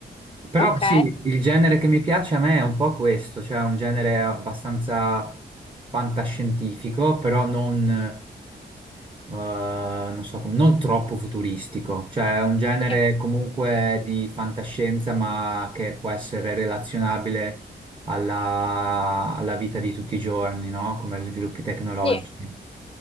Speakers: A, on the right; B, on the left.
A: Però
B: Ok,
A: sì, il genere che mi piace a me è un po' questo, cioè un genere abbastanza fantascientifico, però non eh, non so come- non troppo futuristico, cioè è un genere
B: sì,
A: comunque di fantascienza, ma che può essere relazionabile alla, alla vita di tutti i giorni, no? Come gli sviluppi tecnologici.
B: sì, un